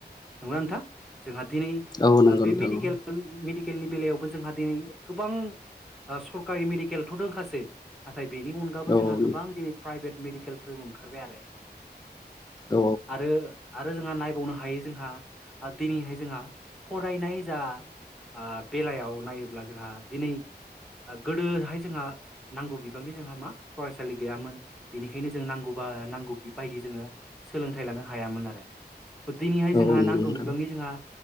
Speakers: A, in the centre; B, on the left.
A: नंगौ ना नोंथां जोंहा दिनै
B: औ
A: ओ
B: नंगौ
A: बे
B: नोंथां
A: मेडिकेल मेडिकेलनि बेलायावबो जोंहा दिनै गोबां ओ सरकारि मेडिकेलथ' दंखासै नाथाय बेनि अनगाबो
B: औ
A: जोंहा
B: औ
A: गोबां दिनै प्राइभेट मेडिकेलफोरबो ओंखारबाय आरो
B: औ
A: आरो आरो जोंहा नायबावनो हा हायो जोंहा ओ दिनैहाय जोंहा फरायनाय जा ओ बेलायाव नायोब्ला जोंहा दिनै ओ गोदोहाय जोंहा नांगौ बिबांनि जोंहा मा फरायसालि गैयामोन बेनि खायनो जों नांगौबा नांगौ बेबायदि जोङो सोलोंथाइ लानो हायामोन आरो दिनैहाय
B: नंगौ
A: जोंहा
B: नोंथां
A: नांगौ बिबांनि जोंहा